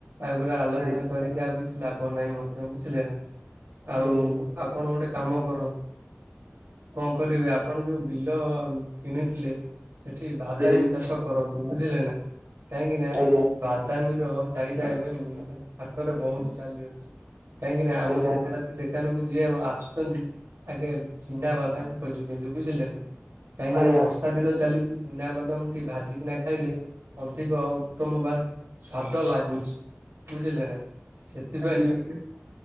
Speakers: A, on the right; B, on the right.
A: ଏଗୁଡା ଆଲୋଚନା
B: ଆଜ୍ଞା
A: କରିକି ଆଉ କିଛି ଲାଭ ନାହିଁ ମଧ୍ୟ ବୁଝିଲେ ନା, ଆଉ
B: ଆଜ୍ଞା।
A: ଆପଣ ଗୋଟେ କାମ କରନ୍ତୁ। କଣ କରିବେ, ଆପଣ ଯୋଉ ବିଲ କିଣିଥିଲେ, ସେଠି ବାଦାମୀ
B: ଆଜ୍ଞା
A: ଚାଷ କରନ୍ତୁ। ବୁଝିଲେ ନା କାହିଁକି ନା
B: ଆଜ୍ଞା
A: ବାଦାମୀ ର ଚାହିଦା ଏବେ ହାଟରେ ବୋହୁତ୍ ଚାଲି ଅଛି। କାହିଁକି ନା ଆମ
B: ଆଜ୍ଞା
A: ତେଜରାତି ଦେଖ ଦୋକାନକୁ ଯିଏ ଆସୁଛନ୍ତି ଆଗେ ଚିନା ବାଦାମି ଖୋଜୁଛନ୍ତି, ବୁଝିଲେ ନା। କାହିଁ କିନା
B: ଆଜ୍ଞା
A: ବର୍ଷ ବର୍ଷା ଦିନ ଚାଲିଛି ଚିନା ବାଦାମ ଟି ଭାଜିକିନା ଖାଇଲେ ଅଧିକ ଉତ୍ତମ ବା ସ୍ଵାଦ ଲାଗୁଛି ବୁଝିଲେ ନା? ସେଥିପାଇଁ
B: ଆଜ୍ଞା ଆଜ୍ଞା।